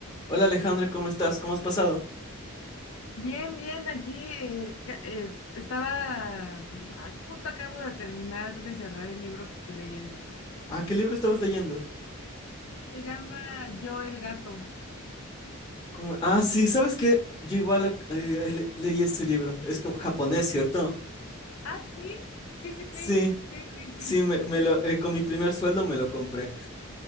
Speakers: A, on the left; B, on the left.
A: Hola Alejandra, ¿cómo estás? ¿Cómo has pasado?
B: Bien, bien, aquí eh, ca- eh, estaba, mm, ah, justo acabo de terminar de cerrar el libro que estoy leyendo.
A: Ah, ¿qué libro estabas leyendo?
B: Sí, se llama Yo el gato.
A: ¿Cómo- Ah, sí, ¿sabes qué? Yo igual ac- eh, le- leí ese libro. Es como japonés, ¿cierto?
B: Ah, sí, sí, sí, sí,
A: Sí,
B: sí, sí, sí.
A: sí, me, me lo, eh, con mi primer sueldo me lo compré.